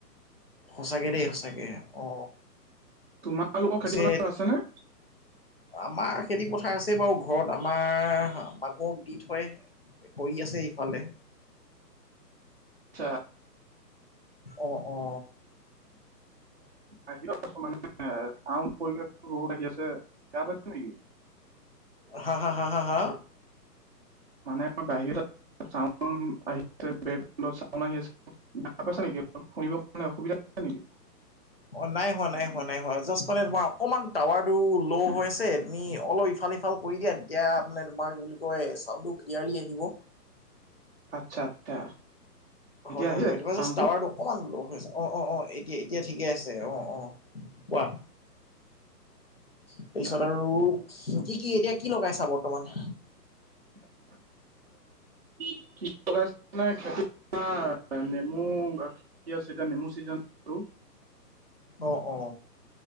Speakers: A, on the left; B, on the right.
A: সচাকে দেই সঁচাকে অ।
B: তোমালোকৰ
A: পিছে
B: খেতিপথাৰ আছেনে?
A: আমাৰ খেতি পথাৰ আছে বাৰু ঘৰত আমাৰ মানুহক দি থয়। হৈ আছে ইফালে।
B: চাৰ।
A: অ অ অ।
B: আছো মানো। পৰিৱেশ বহুত আহি আছে বেয়া পাইছে নেকি?
A: হা হা হা হা হা।
B: মানে বাহিৰত চা আহ চা আহ আছে। বাপ পাইছা নেকি শুনিব কাৰণে অসুবিধা? হৈছে নেকি?
A: অ নাই হোৱা নাই হ নাই জাষ্ট মানে তোমাৰ অকমান টাৱাৰ টো ল' হৈ আছে তুমি অলপ ইফাল সফাল। কৰি দিয়া তেতিয়া মানে তোমাৰ কি বুলি কয় চাউণ্ডটো ক্লিয়াৰলি আহিব।
B: আচ্ছা আচ্ছা। এতিয়া
A: হয়
B: আহিলে
A: হয় তিবা
B: চাউণ্ডটো?
A: জাষ্ট টাৱাৰ। অকমান লগৰ হৈ আছে অ অ অ এতিয়া এতিয়া ঠিকে আছে অ অ কোৱা।
B: <inaudible>
A: তাৰপিছত
B: বাকী
A: আৰু কি কি এতিয়া কি লগাইছা বৰ্তমান?
B: <inaudible> কি লগাই ন খেতি নেমু সতিয়া নেমু চিজনটো
A: অ অ